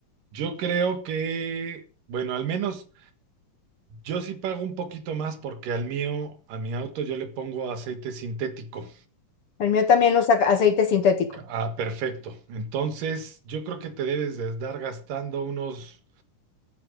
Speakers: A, on the right; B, on the left.
A: yo creo que, bueno, al menos yo sí pago un poquito más porque al mío, a mi auto yo le pongo aceite sintético.
B: El mío también usa aceite sintético.
A: Ah, perfecto. Entonces, yo creo que te debes de estar gastando unos,